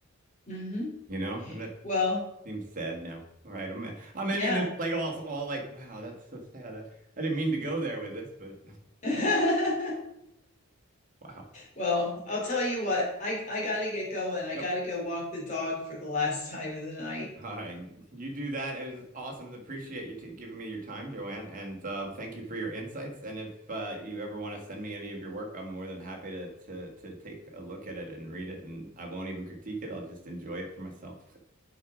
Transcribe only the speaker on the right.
you know, and that
seems sad now. All right, I'm I'm ending
this like all all like wow, that's so sad. I, I didn't mean to go there with this, but
<laughs> wow.
Yep.
Hi, you do that. It was awesome. Appreciate you t giving me your time, Joanne, and um, thank you for your insights. And if uh, you ever want to send me any of your work, I'm more than happy to to to take a look at it and read it. And I won't even critique it. I'll just enjoy it for myself.